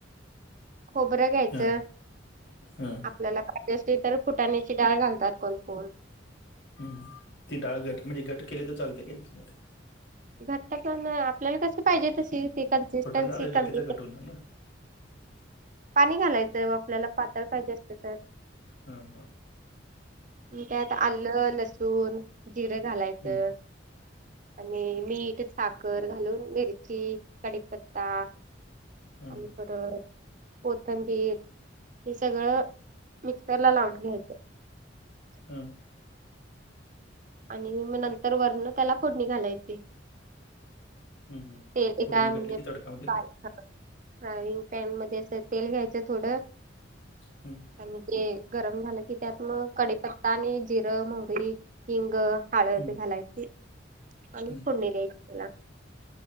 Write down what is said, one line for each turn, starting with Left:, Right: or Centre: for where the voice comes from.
Right: खोबरं घ्यायचं
Left: हां हां
Right: आप ज्याला पाहिजे असेल तर फुटाण्याची डाळ घालतात कोणकोण.
Left: हम्म ती डाळ घट म्हणजे घट केली तर चालते <unintelligible>
Right: घट्ट तेन आपल्याला कशी पाहिजे तशी ती कन्सिस्टन्सी
Left: फुटण डाळ घातली
Right: काॅन्ट्रेटी
Left: तर घट होणार ना
Right: पाणी घालायचं आपल्याला पातळ पाहिजे असलं तर.
Left: हा हा
Right: मग त्यात आल्ल, लसूण, जिरं घालायचं.
Left: हं,
Right: आणि मीठ, साखर घालून मिरची, कडीपत्ता
Left: हां
Right: आणि परत कोथंबीर हे सगळं मिक्सरला लावुन घ्यायच.
Left: हम्म.
Right: आणि मग नंतर वरणं त्याला फोडणी घालायची.
Left: हं, हं.
Right: ते ते
Left: फोडणी
Right: काय
Left: घातली
Right: म्हणजे
Left: की तडकामध्ये दिला
Right: <unintelligible> फ्रायंग पॅन मध्ये असं तेल घ्यायचं थोडं
Left: एक्सपींट
Right: आणि ते गरम झालं की त्यात मग कढीपत्ता आणि जिरं, मोहरी, हिंग हळद
Left: हं,
Right: घालायची आणि
Left: हं.
Right: फोडणी द्यायची त्याला